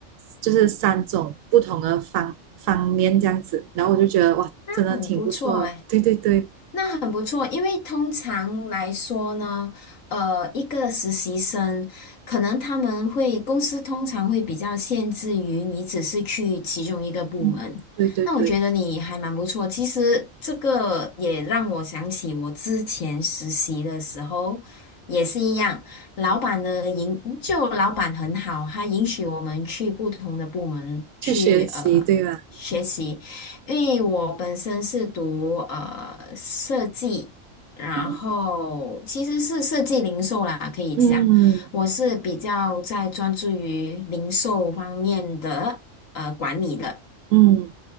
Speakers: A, on the right (about 90°); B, on the left (about 80°).
A: 就是三种不同的方方面这样子，然后我就觉得哇，
B: 那很不错哎。
A: 真的挺不错的。对对对，
B: 那很不错，因为通常来说呢，呃，一个实习生可能他们会公司通常会比较限制于你只是去其中一个部门。
A: 嗯，对对对，
B: 那我觉得你还蛮不错。其实这个也让我想起我之前实习的时候也是一样，老板呢允就老板很好，他允许我们去不同的部门去呃学习。
A: 去学习对吧？
B: 因为我本身是读呃设计，然后其实是设计零售啦，
A: 嗯
B: 可以讲，
A: 嗯，
B: 我是比较在专注于零售方面的呃管理的。
A: 嗯